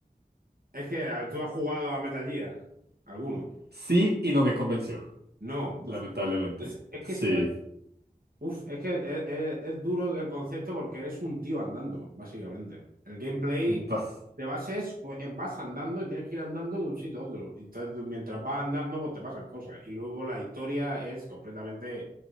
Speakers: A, on the right; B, on the right.
A: Es que a ver, tú has jugado a Metal Gear, alguno.
B: Sí, y no me convenció,
A: No, buf.
B: lamentablemente.
A: Es, es
B: Sí.
A: que esto Uf, es que es, es- es duro el concepto porque eres un tío andando, básicamente. El gameplay
B: Bas-
A: de base es, pues, es vas andando y tienes que ir andando de un sitio a otro. Entonces, mientras vas andando, pues te pasan cosas. Y luego la historia es completamente